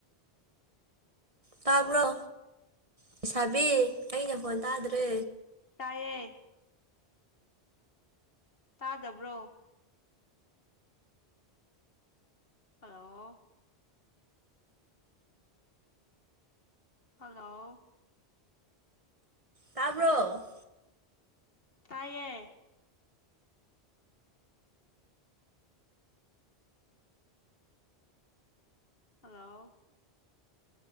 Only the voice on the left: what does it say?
ꯇꯥꯢꯌꯦ ꯇꯥꯗꯕ꯭ꯔꯣ ꯍꯜꯂꯣ ꯍꯜꯂꯣ
ꯇꯥꯌꯦ ꯍꯜꯂꯣ